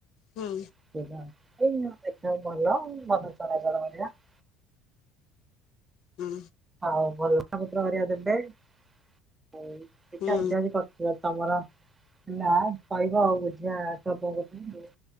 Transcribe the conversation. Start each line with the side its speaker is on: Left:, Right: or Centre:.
Left: ହୁଁ।
Right: <unintelligible>
Left: ହୁଁ।
Right: ହଉ ମଲକ୍ଷମୁତ ମଦବେ <unintelligible> ହଉ କି କାର୍ଯ୍ୟ
Left: ହୁଁ
Right: ଆଜି କରିିଥିଲ ତମର? ନା କହିବ ଆଉ ବୁଝିିବା ତ <unintelligible>